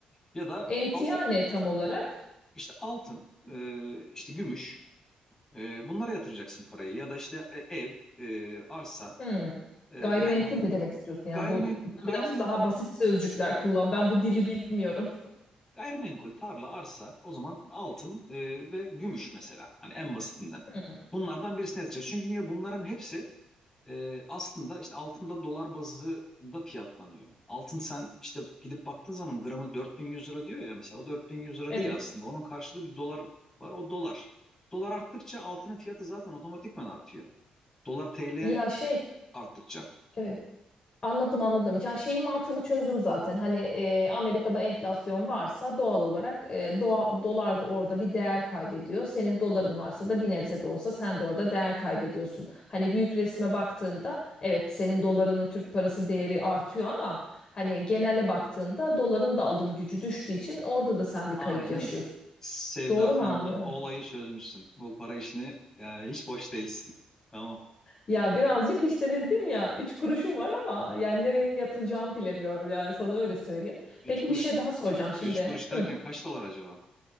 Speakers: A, on the left (about 25°); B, on the left (about 40°).
A: ya da
B: Emtia
A: altı
B: ne tam olarak?
A: işte altın e, işte gümüş e, bunlara yatıracaksın parayı ya da işte e, ev e, arsa
B: Hı.
A: e,
B: Gayrimenkul
A: yani
B: mi demek istiyorsun?
A: gayrimen
B: Yani bu
A: gayrimenkul
B: biraz daha basit sözcükler kullan. Ben bu dili bilmiyorum.
A: Gayrimenkul, tarla, arsa, o zaman altın e, ve gümüş mesela. Hani en basitinden.
B: Hı.
A: Bunlardan birisine yatacak. Çünkü niye? Bunların hepsi e, aslında işte altında dolar bazında fiyatlanıyor. Altın sen işte gidip baktığın zaman gramı 4100 lira diyor ya mesela. O 4100 lira
B: Evet.
A: değil aslında. Onun karşılığı bir dolar var. O dolar. Dolar arttıkça altının fiyatı zaten otomatikman artıyor. Dolar TL
B: Ya şey
A: arttıkça.
B: Evet, anladım anladım. Yani şeyin mantığını çözdüm zaten. Hani e, Amerika'da enflasyon varsa doğal olarak e, doğa, dolar da orada bir değer kaybediyor. Senin doların varsa da bir nebze de olsa sen de orada değer kaybediyorsun. Hani büyük resme baktığında evet senin dolarının Türk parası değeri artıyor ama hani genele baktığında doların da alım gücü düştüğü için orada da sen bir
A: Aynen.
B: kayıp yaşıyorsun.
A: Sevda
B: Doğru
A: sen
B: mu anlıyorum?
A: ola- olayı çözmüşsün. Bu para işini yani hiç boş değilsin. <laughs> Tamam.
B: Ya birazcık işte dedim ya üç kuruşum var ama yani nereye yatıracağımı bilemiyorum yani sana öyle söyleyeyim.
A: Üç
B: Peki
A: kuruş,
B: bir şey daha soracağım şimdi.
A: üç kuruş derken
B: Hı.
A: kaç dolar acaba?